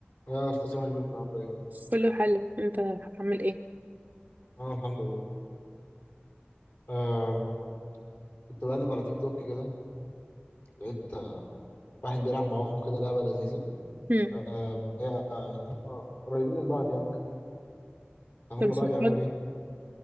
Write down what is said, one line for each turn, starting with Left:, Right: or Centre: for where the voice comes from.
Left: يا استاذ ملوك عامل ايه؟
Right: كله حلو انت عامل ايه
Left: انا الحمد لله آه كنت بقلب على تيك توك كده لقيت آه، واحد بيلعب مع اخته كده لعبه لذيذه
Right: هم
Left: آه هي آه، يعني هم قريبين من بعض يعني كده فهم
Right: طب اشرحلي
Left: بقى بيعملوا ايه؟